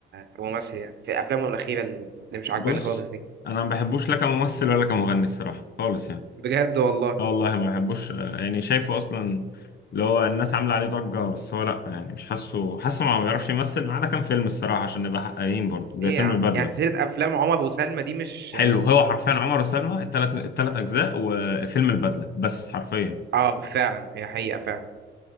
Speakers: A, on the right (about 60°); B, on the left (about 55°).
A: كممثل يعني في افلامه الاخيره اللي مش عجباني
B: بص
A: خالص دي
B: انا ما بحبوش لا كممثل ولا كمغني الصراحه خالص يعني
A: بجد والله
B: اه والله ما بحبوش آه، يعني شايفه اصلا اللي هو الناس عامله عليه ضجه بس هو لا يعني مش حاسه حاسه ما بيعرفش يمثل ما عدا كام فيلم الصراحه عشان نبقى حقانيين برضه زي
A: ايه
B: فيلم
A: يا عم
B: البدله
A: يعني سلسله افلام عمر وسلمى دي مش
B: حلو هو حرفيا عمر وسلمى التلات التلات اجزاء وفيلم البدله بس حرفيا
A: اه فعلا هي حقيقه فعلا